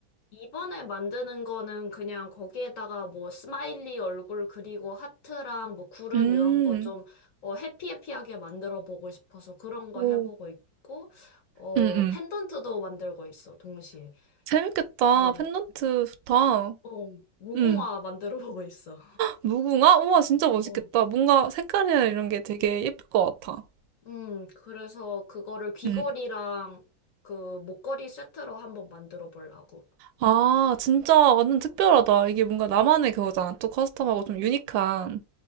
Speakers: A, on the left; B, on the right.
A: 이번에 만드는 거는 그냥 거기에다가 뭐 스마일리 얼굴 그리고 하트랑 뭐 구름
B: 음.
A: 이런 거 좀, 어, 해피해피하게 만들어 보고 싶어서 그런 거
B: 오.
A: 해보고 있고, 어,
B: 음음.
A: 펜던트도 만들고 있어, 동시에.
B: 재밌겠다.
A: 그,
B: 펜던트 좋다.
A: 어, 무궁화
B: 음.
A: 만들어 보고 있어.
B: 무궁화? 우와 진짜 멋있겠다.
A: 어.
B: 뭔가 색깔이나 이런 게 되게 예쁠 것 같아.
A: 음, 그래서 그거를 귀걸이랑
B: 음.
A: 그 목걸이 세트로 한번 만들어 보려고.
B: 아 진짜 완전 특별하다. 이게 뭔가 나만의 그거잖아. 또 커스텀하고 좀 유니크한.